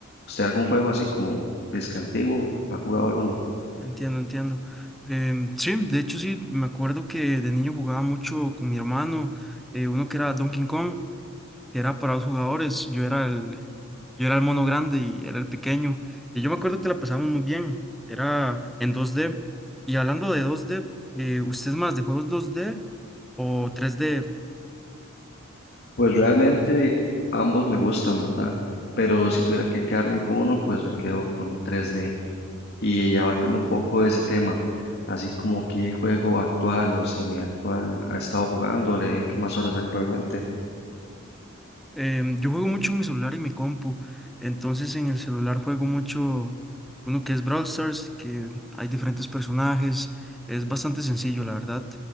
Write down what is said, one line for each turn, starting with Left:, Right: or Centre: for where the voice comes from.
Left: ¿Usted algún juego así como disque antiguo? ¿Ha jugado algo o no?
Centre: Entiendo, entiendo. Em, sí, de hecho sí, me acuerdo que de niño jugaba mucho con mi hermano, eh, uno que era Donkey Kong, que era para dos jugadores, yo era el Yo era el mono grande y era el pequeño. Y yo me acuerdo que la pasamos muy bien. Era en 2D. Y hablando de 2D, eh, ¿usted es más de juegos 2D o 3D?
Left: Pues realmente ambos me gustan, ¿verdad? Pero si tuviera que quedarme con uno, pues me quedo con 3D. y abarcando un poco ese tema, así como qué juego actual o semiactual ha estado jugando, le dedica más horas actualmente.
Centre: Em, yo juego mucho en mi celular y mi compu. Entonces en el celular juego mucho uno que es Brawl Stars, que hay diferentes personajes. Es bastante sencillo, la verdad.